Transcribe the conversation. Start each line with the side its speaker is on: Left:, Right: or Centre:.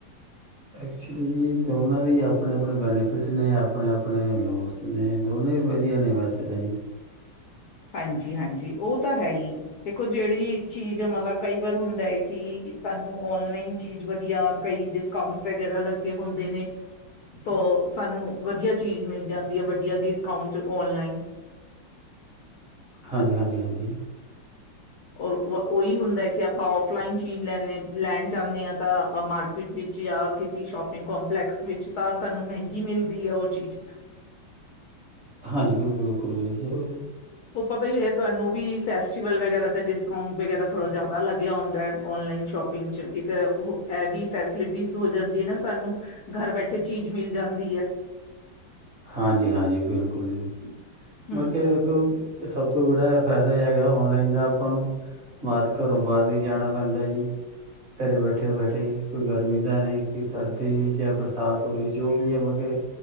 Right: ਐਕਚੁਲੀ ਜੀ ਦੋਨਾਂ ਦੇ ਈ ਆਪਣੇ-ਆਪਣੇ ਬੈਨੀਫਿਟ ਨੇ, ਆਪਣੇ-ਆਪਣੇ ਲੋਸ ਨਈ ਦੋਨੋਂ ਵੀ ਵਧੀਆ ਨੇ ਵੈਸੇ ਤੇ।
Left: ਹਾਂਜੀ-ਹਾਂਜੀ ਓ ਤਾਂ ਹੈ ਈ। ਦੇਖੋ ਜੜੀ ਵੀ ਚੀਜ ਐ ਮਤਲਬ ਕਈ ਵਾਰ ਹੁੰਦਾ ਏ ਕਿ ਸਾਨੂੰ ਓਨਲਾਈਨ ਚੀਜ਼ ਵਧੀਆ, ਕਈ ਡਿਸਕਾਊਂਟ ਵਗੈਰਾ ਲੱ ਗੇ ਹੁੰਦੇ ਨੇ ਤੋ ਸਾਨੂੰ ਵਧੀਆ ਚੀਜ਼ ਮਿਲ ਜਾਂਦੀ ਏ ਵਧੀਆ ਡਿਸਕਾਊਂਟ 'ਚ ਓਨਲਾਈਨ
Right: ਹਾਂਜੀ-ਹਾਂਜੀ-ਹਾਂਜੀ।
Left: ਔਰ ਉਵ ਓਈ ਹੁੰਦੈ ਕਿ ਆਪਾਂ ਓਫਲਾਈਨ ਚੀਜ਼ ਲੈਣੇ ਲੈਣ ਜਾਂਨੇ ਆਂ ਤਾਂ ਅ ਮਾਰ ਕਿਟ ਵਿੱਚ ਯਾਂ ਕਿਸੀ ਸ਼ੋਪਿੰਗ ਕੋਂਪਲੈਕਸ ਵਿੱਚ ਤਾਂ ਸਾਨੂੰ ਮੈਹੰਗੀ ਮਿਲਦੀ ਆ ਓ ਚੀਜ।
Right: ਹਾਂਜੀ ਬਿਲਕੁਲ-ਬਿਲਕੁਲ <unintelligible>
Left: ਤੇ ਪਤਾ ਈ ਹੋਏ ਤੁਆਨੂੰ ਵੀ ਫੈਸਟੀਵਲ ਵਗੈਰਾ ਤੇ, ਡਿਸਕਾਊਂਟ ਵਗੈਰਾ ਥੋੜਾ ਜਿਆਦਾ ਲੱਗਿਆ ਹੁੰਦੈ ਓਨਲਾਈਨ ਸ਼ੋਪਿੰਗ 'ਚ। ਇੱਕ ਉਹ ਐ ਵੀ ਫੈਸਿਲਿਟੀਜ਼ ਹੋ ਜਾਂਦੀ ਏ ਨਾ ਸਾਨੂੰ, ਘਰ ਬੈਠੇ ਚੀਜ਼ ਮਿਲ ਜਾਂਦੀ ਐ।
Right: ਹਾਂਜੀ-ਹਾਂਜੀ, ਬਿਲਕੁਲ ਜੀ। ਬਾਕੀ
Left: ਹਮ
Right: ਐ ਦੇਖੋ ਤੇ ਸਭ ਤੋਂ ਬੜਾ ਐ ਫਾਏਦਾ ਏ ਹੈਗਾ ਔਨਲਾਈਨ ਦਾ ਆਪਾਂ ਨੂੰ ਬਾਦ ਘਰੋਂ ਬਾਰ ਨੀ ਜਾਣਾ ਪੈਂਦਾ ਜੀ। ਘਰੇ ਬੈਠੇ-ਬੈਠੇ ਜੀ ਕੋਈ ਗਰਮੀ ਦਾ ਨਈ, ਕੋਈ ਸਰਦੀ ਨੀ, ਚਾਏ ਬਰਸਾਤ ਹੋ ਰਈ, ਜੋ ਵੀ ਐ ਮ ਕੇ